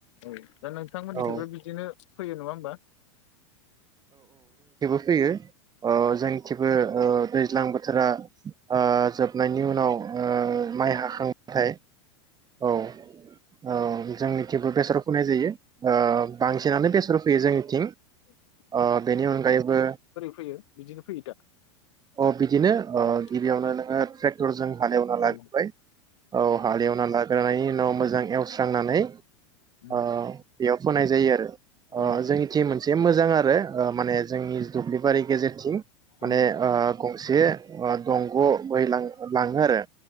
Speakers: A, on the left (about 70°); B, on the right (about 25°).
A: औ। दा नोंथांमोननिखैबो
B: औ
A: बिदिनो फैयो नङा होमबा?
B: फैयो औ जोंनिथिंबो ओ ओ दैज्लां बोथोरा ओ जोबनायनि उनाव औ माइ हाखांबाथाय औ औ जोंनिथिंबो बेसर फुनाय जायो ओ बांसिनानो बेसर फु फैयो जोंनिथिं
A: औ
B: ओ बेनि अनगायैबो
A: फैयो बिदिनो फैयो दा
B: औ बिदिनो
A: औ
B: ओ गिबियावनो नोङो ट्रेक्टरजों ओ हालेवना लाग्रोबाय
A: औ
B: औ हालेवना लाग्रानै नाव मोजां एवस्रांनानै
A: उम
B: ओ बेयाव फोनाय जायो आरो
A: औ
B: ओ जोंनिथिं मोन जे मोजां आरो बे ओ माने जोंनि दुब्लिबारि गेजेरथिं माने
A: औ
B: ओ से ओ दंग' बोहैलां लाङो आरो